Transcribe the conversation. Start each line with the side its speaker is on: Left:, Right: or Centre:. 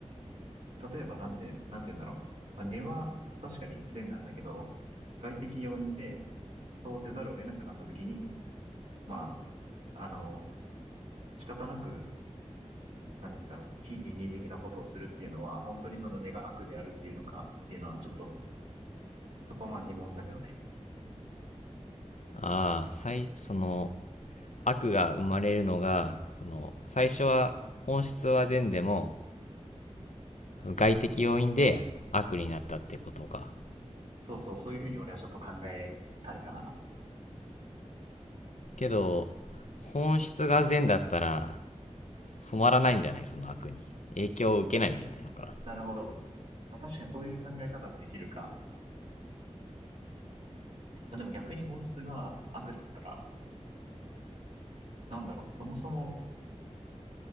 Right: 例えばなんで、なんて言うんだろう。まあ、根は確かに善なんだけど、外的要因でそうせざるを得なくなった時に、まあ、あの、仕方なくなんて言うんだろう、非倫理的なことをするっていうのは、本当にその根が悪であるっていうのかっていうのは、ちょっと、そこはまあ疑問だけどね。
Left: ああ最その悪が生まれるのがその最初は本質は善でも外的要因で悪になったってことか
Right: そうそう、そういうふうに俺はちょっと考えたいかな。
Left: けど本質が善だったら染まらないんじゃないその悪に影響を受けないんじゃないのか
Right: なるほど。まあ、確かにそういう考え方もできるか。まあ、でも逆に法律が悪だったら、なんだろう、そもそも